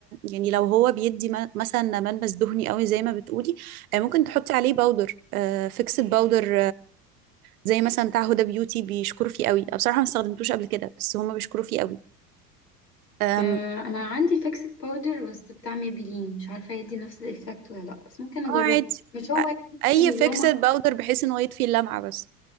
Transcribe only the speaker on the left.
آه، انا عندي فيكسد باودر بس بتاع ميبلين مش عارفه يدي نفس الايفكت ولا لا بس ممكن اجربه
مش هو
يدفي
اللمعه